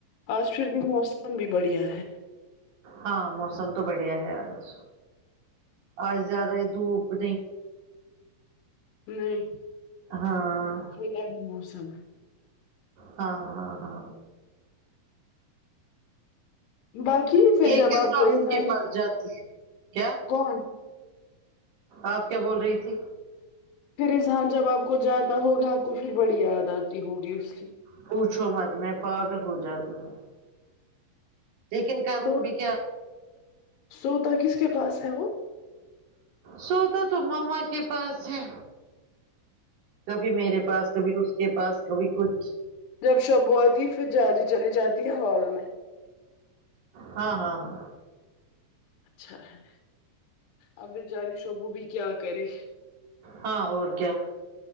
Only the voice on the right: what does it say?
ہاں موسم تو بڑھیا ہے آج آج زیادہ ہی دھوپ <inaudible>
ہاں
ہاں ہاں ہاں
یہ
کس
ڈاکٹر
کے پاس جاتی کیا <inaudible>
آپ کیا بول رہی تھی
پوچھو مت میں پاگل ہو جاتی ہوں لیکن کروں
بھی کیا
سوتا تو ماما کے پاس ہے کبھی میرے پاس کبھی اس کے پاس کبھی کچھ
ہاں ہاں ہاں
ہاں اور کیا